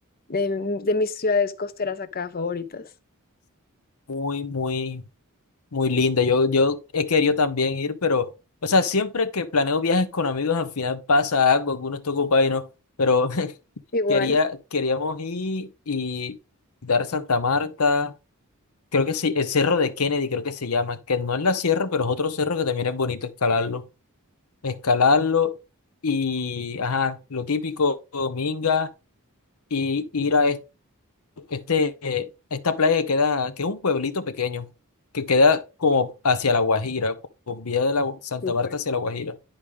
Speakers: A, on the left (about 45°); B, on the left (about 80°).
A: de, de mis ciudades costeras acá favoritas.
B: Muy, muy, muy linda. Yo, yo he querido también ir, pero, o sea, siempre que planeo viajes con amigos, al final pasa algo, algunos está ocupado y no, pero <laughs>
A: Igual,
B: quería, queríamos ir y dar Santa Marta, creo que sí, el Cerro de Kennedy, creo que se llama, que no es la sierra, pero es otro cerro que también es bonito escalarlo. escalarlo y, ajá, lo típico, minga, y ir a este, este, eh, esta playa que queda, que es un pueblito pequeño, que queda como hacia La Guajira, por, por vía de la Gu- Santa
A: súper.
B: Marta hacia La Guajira.